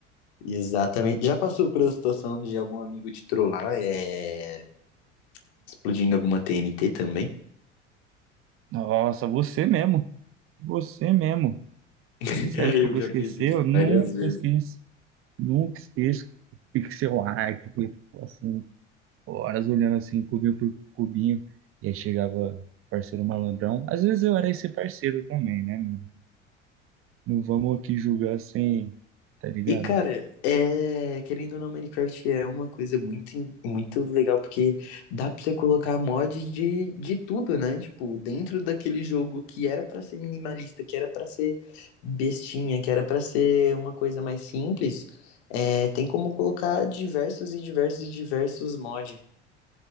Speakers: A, on the left; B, on the right.
A: Exatamente. Já passou por a situação de algum amigo te trollar? É. explodindo alguma TNT também.
B: Nossa, você mesmo. Você mesmo.
A: <laughs>
B: Você acha que
A: eu
B: eu vou
A: já
B: esquecer?
A: fiz isso
B: Eu nunca
A: várias vezes.
B: esqueço. Nunca esqueço. Pixel art, foi, assim, horas olhando assim, cubinho por cubinho. E aí chegava parceiro malandrão. Às vezes eu era esse parceiro também, né, mano? Não vamos aqui julgar assim, tá ligado?
A: E, cara, é... querendo ou não, Minecraft é uma coisa muito, muito legal, porque dá pra você colocar mod de, de tudo, né? Tipo, dentro daquele jogo que era pra ser minimalista, que era pra ser bestinha, que era pra ser uma coisa mais simples, é... tem como colocar diversos e diversos e diversos mods.